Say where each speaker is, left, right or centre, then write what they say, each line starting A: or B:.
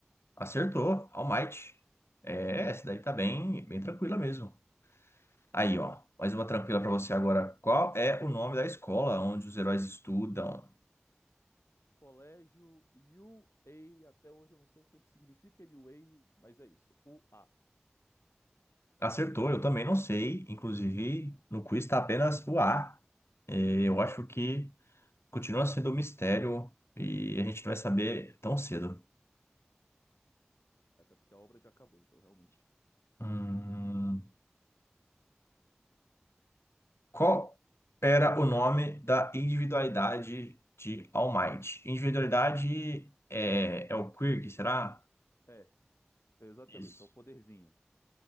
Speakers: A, on the left (about 75°); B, on the left (about 85°).
A: acertou, All Might. É, essa
B: Isso.
A: daí tá bem, bem tranquila mesmo. Aí, ó, mais uma tranquila pra você agora. Qual é o nome da escola onde os heróis estudam?
B: Colégio UA, até hoje eu não sei o que que significa UA, mas é isso, U A.
A: Acertou, eu também não sei. Inclusive, no quiz tá apenas o A. É, eu acho que continua sendo um mistério e a gente não vai saber tão cedo.
B: Até porque a obra já acabou, então realmente.
A: Hum, Qual era o nome da individualidade de All Might? Individualidade é, é o Quirk, será?
B: É, exatamente,
A: Isso.
B: é o poderzinho.